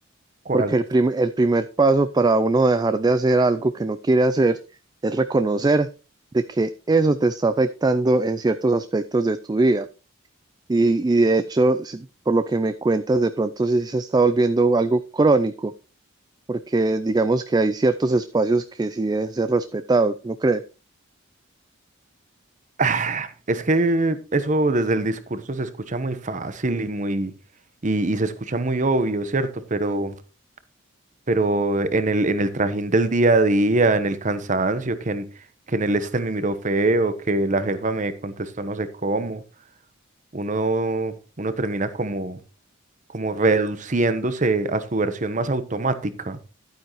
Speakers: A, on the right (about 40°); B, on the right (about 20°).
A: ¿Cuál?
B: Porque el prim- el primer paso para uno dejar de hacer algo que no quiere hacer es reconocer de que eso te está afectando en ciertos aspectos de tu vida. Y, y de hecho, si- por lo que me cuentas, de pronto sí se está volviendo algo crónico, porque digamos que hay ciertos espacios que sí deben ser respetados, ¿no crees?
A: Ah, Es que eso desde el discurso se escucha muy fácil y muy y, y se escucha muy obvio, ¿cierto? Pero pero en el en el trajín del día a día, en el cansancio, que en que en el este me miró feo, que la jefa me contestó no sé cómo, uno uno termina como como reduciéndose a su versión más automática